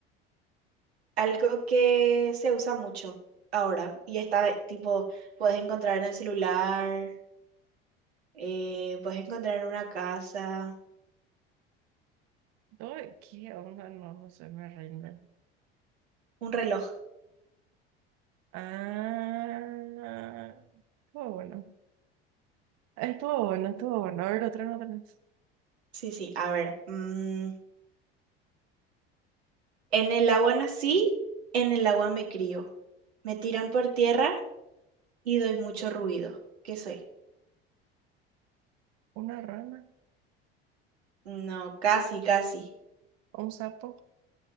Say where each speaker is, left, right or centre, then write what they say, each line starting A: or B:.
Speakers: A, on the right; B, on the right.
A: Algo que se usa mucho ahora. Y está, tipo, puedes encontrar en el celular. Eh, puedes encontrar una casa,
B: Doy, ¿qué onda? No, no sé, me rindo.
A: un reloj.
B: Ah, estuvo bueno. Estuvo bueno, estuvo bueno. A ver, otra no tenés.
A: Sí, sí, a ver. mm, en el agua nací, en el agua me crío. Me tiran por tierra y doy mucho ruido. ¿Qué soy?
B: Una rana,
A: No, casi, casi.
B: un sapo,